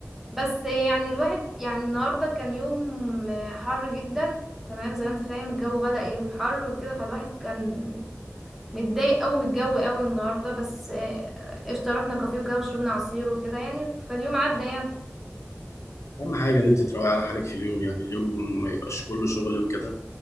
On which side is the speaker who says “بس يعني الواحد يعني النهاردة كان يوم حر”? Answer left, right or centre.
Centre